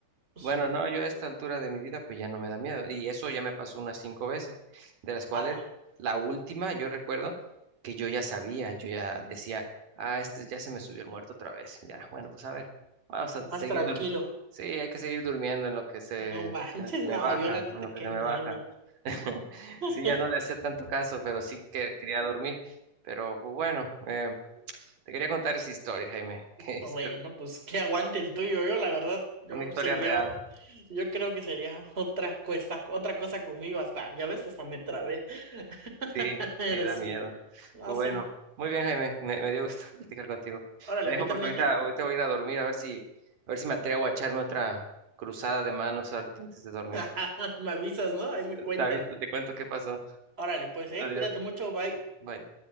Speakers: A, on the right (about 80°); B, on the right (about 15°).
A: Bueno,
B: Sí.
A: no, yo a esta altura de mi vida pues ya no me da miedo y eso ya me pasó unas cinco veces, de las cuales
B: Ala,
A: la última yo recuerdo que yo ya sabía, yo ya decía, ah, este ya se me subió el muerto otra vez, ya, bueno, pues a ver, vamos a
B: más
A: seguir,
B: tranquilo.
A: dur- sí, hay que seguir durmiendo en lo que se
B: No manches,
A: se me
B: no,
A: baja,
B: yo la neta,
A: en lo
B: qué
A: que se me
B: miedo.
A: baja. <laughs>
B: <laughs>
A: Sí, ya no le hacía tanto caso, pero sí que quería dormir, pero pues bueno, eh, te quería contar esa historia, Jaime, <laughs> que es
B: Bueno, pues que aguante el tuyo. Yo, la verdad, yo
A: una historia
B: sería,
A: real.
B: ot- yo creo que sería otra cosa, otra cosa conmigo hasta, ya ves, hasta me trabé. <laughs>
A: Sí,
B: Pero
A: sí, da
B: sí,
A: miedo.
B: no,
A: Pues Bueno,
B: sí.
A: muy bien, Jaime, me, me dio gusto <laughs> platicar contigo.
B: Órale,
A: Te dejo
B: a mí también,
A: porque ahorita,
B: ¿eh?
A: ahorita voy a ir a dormir a ver si, a ver si me atrevo a echarme otra cruzada de manos ahorita antes de dormir.
B: <laughs> Me avisas, ¿no? Ahí me cuentas.
A: Te aviso, te cuento qué pasó.
B: Órale, pues, ¿eh?
A: Adiós.
B: Cuídate mucho, bye.
A: Bye.